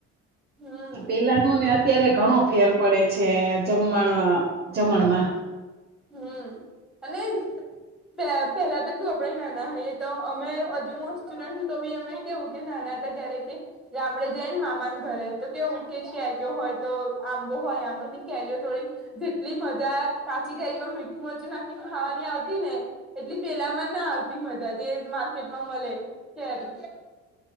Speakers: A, in the centre; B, on the right.
A: હમ
B: પેલા ન ને અત્યારે ઘણો ફેર પડે છે, જમવાણ જમણમાં.
A: હમ અને પે પેલા તો કેવુ આપડે નાના હોઈએ તો અમે હજુ હું સ્ટુડન્ટ છું તો બી અમે કેવું કે નાના હતા જયારે કે ગામડે જાય ને મામા ના ઘરે તો કેવું કે કેરીઓ હોય તો આંબો હોય આંબાથી કેરીઓ થોડી જેટલી મજા ચી કેરીમાં મીઠું મરચું નાખીને ખાવાની આવતી ને એટલી પેલા માં ના આવતી મજા જે મા કેટમા મલે કેરી